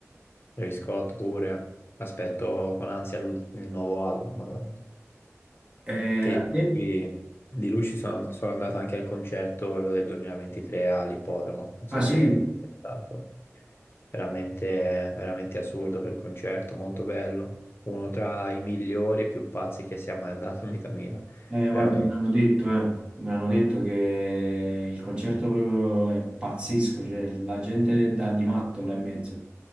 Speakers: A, on the left (about 45°); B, on the right (about 20°).
A: Travis Scott pure. Aspetto con ansia l'ul- il nuovo album, Madonna.
B: Eh,
A: Che io
B: a te?
A: di, di lui ci sono, sono andato anche al concerto, quello del 2023 all'Ippodromo. Non
B: Ah
A: so
B: sì?
A: se è stato. Veramente, veramente assurdo quel concerto, molto bello. Uno tra i migliori e più pazzi che sia mai andato in vita mia.
B: Eh,
A: Veramente.
B: guarda, me l'hanno detto, eh. Me l'hanno detto che il concerto proprio è pazzesco, cioè la gente dà di matto là in mezzo.